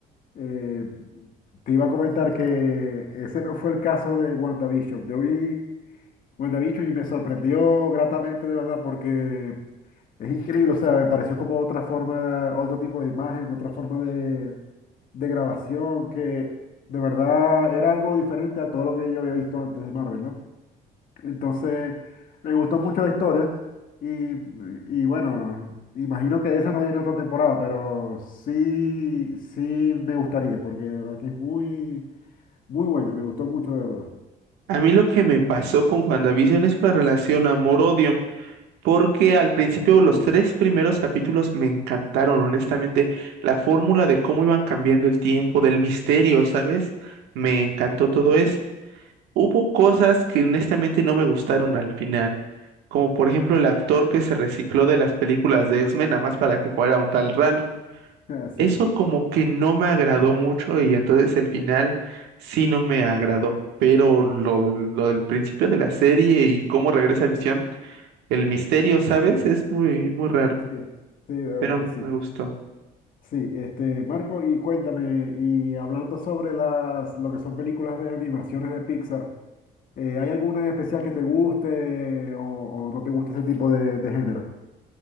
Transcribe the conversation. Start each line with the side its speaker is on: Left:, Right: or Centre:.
Left: eh, te iba a comentar que ese no fue el caso de WandaVision. Yo vi WandaVision y me sorprendió gratamente, de verdad, porque Es increíble, o sea, me pareció como otra forma, otro tipo de imagen, otra forma de, de grabación, que de verdad era algo diferente a todo lo que yo había visto antes de Marvel, ¿no? Entonces, me gustó mucho la historia y, y bueno, imagino que de esa no viene otra temporada, pero sí, sí me gustaría, porque de verdad que es muy, muy buena, me gustó mucho, de verdad.
Right: A mí lo que me pasó con WandaVision es una relación amor-odio, porque al principio los
Left: Sí,
Right: tres primeros capítulos me encantaron, honestamente. La fórmula de cómo iban cambiando el tiempo, del misterio, ¿sabes? Me encantó todo eso. Hubo cosas que honestamente no me gustaron al final, como por ejemplo el actor que se recicló de las películas de X-Men, nada más para que fuera un tal Ralph.
Left: <laughs>
Right: Eso
Left: sí,
Right: como que no me agradó mucho y entonces el final sí no me agradó, pero lo, lo del principio de la serie y cómo regresa Visión, el misterio, ¿sabes? Es muy, muy raro,
Left: sí, sí, de verdad
Right: pero
Left: que sí.
Right: me gustó.
Left: Sí, este, Marco, y cuéntame, y hablando sobre las, lo que son películas de animaciones de Pixar, eh, ¿hay alguna en especial que te guste o, o no te gusta ese tipo de, de género?